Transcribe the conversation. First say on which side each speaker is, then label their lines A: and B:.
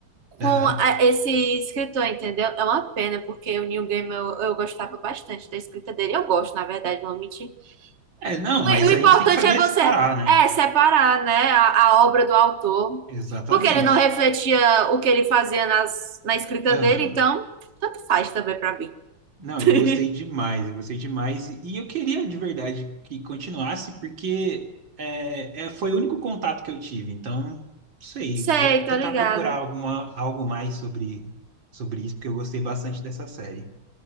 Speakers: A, on the right; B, on the right.
A: com
B: Aham.
A: a- esse escritor, entendeu? É uma pena, porque o Neil Gaiman eu, eu gostava bastante da escrita dele. Eu gosto, na verdade, não vou mentir
B: É, não,
A: O, o
B: mas
A: importante
B: a gente tem que saber
A: é você
B: separar, né?
A: é separar, né, a, a obra do autor,
B: Exatamente.
A: porque ele não refletia o que ele fazia nas, na escrita
B: Aham.
A: dele, então tanto faz também pra mim.
B: Não,
A: <laughs>
B: eu gostei demais, eu gostei demais. E, e eu queria de verdade que continuasse, porque é, é, foi o único contato que eu tive. Então, não sei,
A: Sei,
B: vou
A: tô
B: tentar
A: ligada.
B: procurar alguma, algo mais sobre, sobre isso, porque eu gostei bastante dessa série.